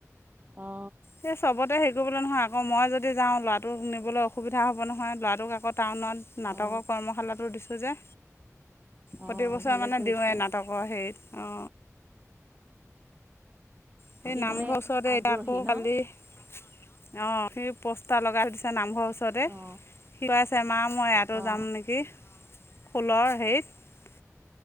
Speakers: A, on the right; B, on the left.
A: অ
B: সেই চবতে হেৰি কৰিবলৈ নহয় আকৌ মই যদি যাও ল'ৰাটোক নিবলৈ অসুবিধা হ'ব নহয় ল'ৰাটোক আকৌ টাউনত নাটকৰ
A: অ অ
B: কৰ্মশালাটো দিছোঁ যে।
A: অ
B: প্ৰতিবছৰ
A: ভালে
B: মানে
A: কৰিছা
B: দিওঁৱেই নাটকৰ হেৰিত অ, সেই
A: সি
B: নামঘৰ
A: মানে
B: ওচৰতে
A: আগ্ৰহী
B: এতিয়া আকৌ কালি
A: ন
B: অ, সি পোষ্টাৰ লগাই থৈ দিছে নামঘৰ ওচৰতে।
A: অ
B: সি কৈ আছে মা মই ইয়াতো
A: অ অ
B: যাম নেকি। খোলৰ হেৰিত